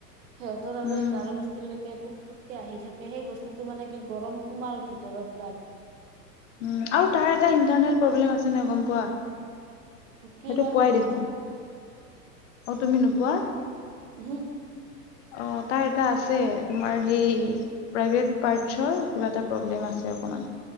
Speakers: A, on the right; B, on the left.
A: সিহঁতৰ আৰু
B: উম,
A: এই গাৰু বস্তিলৈকে। টুক টুককে আহি থাকে সেই বস্তুটো মানে কি গৰম সোমাল ভিতৰত তাৰ।
B: উম আৰু তাৰ এটা ইণ্টাৰনেল। প্ৰব্লেম আছে নহয় গম পোৱা সেইটো
A: কি বা
B: পোৱাই
A: গম নাপাও
B: দেখোন। অহ তুমি নোপোৱা।
A: উম হুক।
B: অ', তাৰ এটা আছে, তোমাৰ সেই। প্ৰাইভেট পাৰ্টচৰ, কিবা এটা প্ৰব্লেম আছে অকণমান।